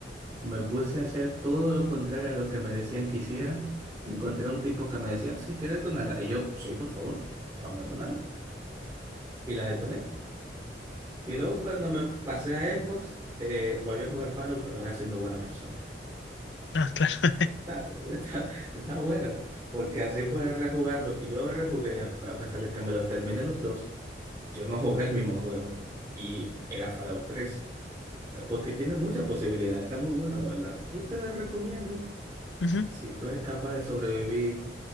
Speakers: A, on the right; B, on the left.
A: Me puse a hacer todo lo contrario a lo que me decían que hiciera y encontré un tipo que me decía, sí, ¿quieres detonarla? Y yo, sí, por favor, vamos a detonarla. Y la detoné. Y luego cuando me pasé a Xbox, eh, volví a jugar Fallout, pero no era siendo buena persona.
B: Ah, claro. <laughs>
A: Está, está, está bueno, porque así puedes rejugarlo. Y yo rejugué, a, a pesar de que me los terminé los dos, yo no jugué el mismo juego. Y era Fallout 3. Porque tiene muchas posibilidades, está muy bueno, la verdad. Yo te la recomiendo,
B: Ujú.
A: si tú eres capaz de sobrevivir